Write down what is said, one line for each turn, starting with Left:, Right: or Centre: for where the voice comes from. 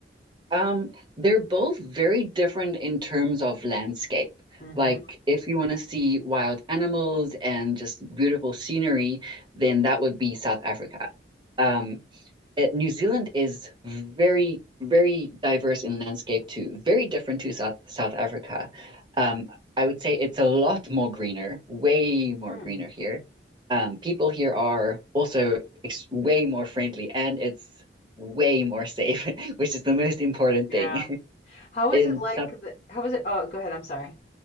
Right: Um, they're both very different in terms of landscape.
Left: Mm-hmm.
Right: Like if you want to see wild animals and just beautiful scenery, then that would be South Africa. Um, it, New Zealand is very, very diverse in landscape too, very different to South South Africa. Um, I would say it's a lot more greener, way more
Left: Mm,
Right: greener here. Um, people here are also ex way more friendly, and it's way more safe, <laughs> which is the most important
Left: yeah.
Right: thing. <laughs>
Left: How
Right: In
Left: is it like
Right: South,
Left: the, how is it? Oh, go ahead. I'm sorry.